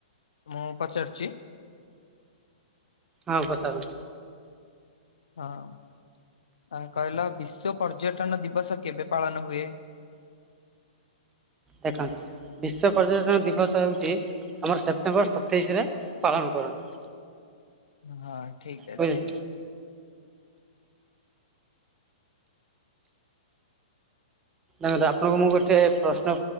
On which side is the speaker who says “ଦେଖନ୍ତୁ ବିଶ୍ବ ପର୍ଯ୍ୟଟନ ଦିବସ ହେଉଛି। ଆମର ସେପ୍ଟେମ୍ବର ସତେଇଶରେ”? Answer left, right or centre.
Right